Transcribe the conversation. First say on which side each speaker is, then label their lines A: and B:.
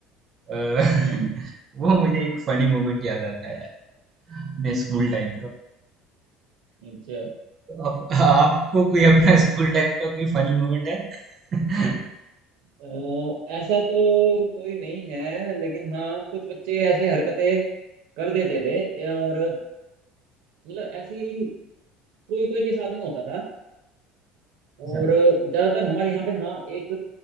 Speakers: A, on the right (about 35°); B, on the right (about 80°).
A: अ,
B: हम्म
A: <laughs> वो मुझे एक फनी मोमेंट याद आता है यार, अपने स्कूल टाइम का
B: अच्छा
A: आप, आपको कोई अपना स्कूल टाइम का कोई फनी मोमेंट है <laughs>
B: अ, ऐसा तो कोई नहीं है लेकिन हाँ कुछ बच्चे ऐसे हरकतें कर देते थे और मतलब ऐसी कोई कोई के साथ में होता था
A: अच्छा
B: और ज्यादातर हमारे यहाँ पे हाँ एक